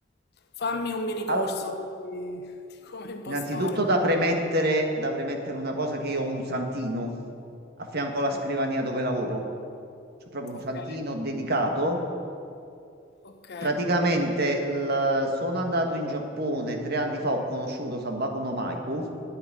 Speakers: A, on the left; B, on the right.
A: Fammi un mini corso
B: Al-
A: di, di come impostare.
B: innanzitutto da premettere, da premettere una cosa che io ho un santino a fianco alla scrivania
A: Mm,
B: dove lavoro. C'ho proprio un
A: Ok,
B: santino dedicato.
A: ok,
B: Praticamente il- sono andato in Giappone tre anni fa, ho conosciuto Sabaku no Maiku